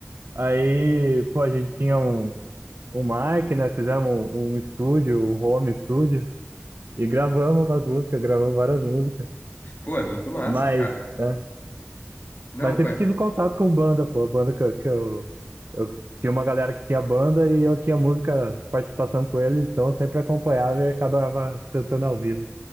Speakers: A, on the right; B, on the left.
A: Aí, pô, a gente tinha um, um mic, né? Fizemos um, um estúdio, um home estúdio, e gravamos umas músicas, gravamos várias músicas.
B: Pô, é muito massa,
A: Mas,
B: cara.
A: né?
B: Não,
A: Mas sempre
B: pai.
A: tive contato com banda, pô. A banda que, eu- que eu, eu tinha uma galera que tinha banda e eu tinha música, participação com eles, então eu sempre acompanhava e acabava cantando ao vivo